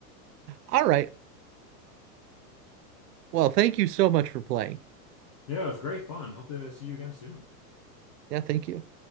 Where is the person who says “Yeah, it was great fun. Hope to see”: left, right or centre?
Left